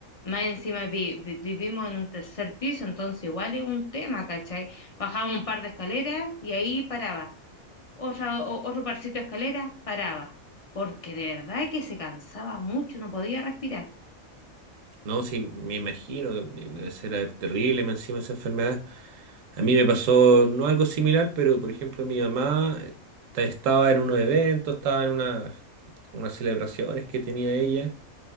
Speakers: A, on the left (about 35°); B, on the right (about 70°).
A: Más encima vi- vi- vivimos en un tercer piso, entonces igual es un tema, ¿cachai? Bajaba un par de escaleras y ahí paraba. Otra- o- otro parcito de escaleras, paraba. Porque de verdad que se cansaba mucho, no podía respirar.
B: No, sí, me imagino que debe ser terrible más encima esa enfermedad. A mí me pasó no algo similar, pero por ejemplo mi mamá eh, ta- estaba en unos eventos, estaba en una- en unas celebraciones que tenía ella.